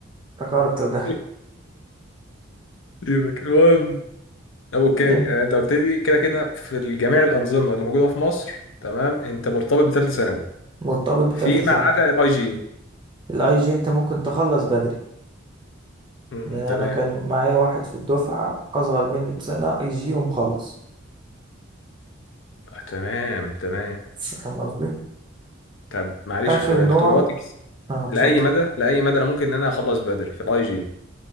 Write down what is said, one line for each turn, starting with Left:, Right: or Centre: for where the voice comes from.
Right: افتكرت ده
Left: <laughs> سيبك المهم اوكي
Right: <laughs> أنت
Left: آه، انت قلت لي كده كده في جميع الانظمه اللي موجوده في مصر تمام انت مرتبط بثالثه ثانوي
Right: مرتبط
Left: في
Right: بتالتة
Left: ما
Right: ثانوي
Left: عدا الاي جي
Right: الاي جي انت ممكن تخلص بدري
Left: أمم،
Right: لان انا
Left: تمام
Right: كان معايا واحد في الدفعه اصغر مني بسنه اي جي ومخلص
Left: تمام تمام
Right: فاهم قصدي
Left: طب معلش
Right: اخر
Left: سؤال
Right: نوع
Left: طواتك
Right: اه اتفضل
Left: لاي مدى لاي مدى انا ممكن ان انا اخلص بدري في الاي جي